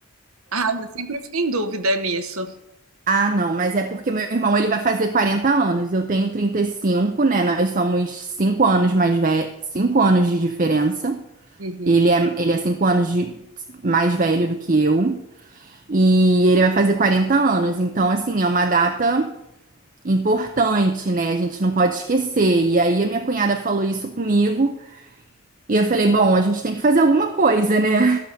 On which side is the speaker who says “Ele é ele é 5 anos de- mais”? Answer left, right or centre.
Right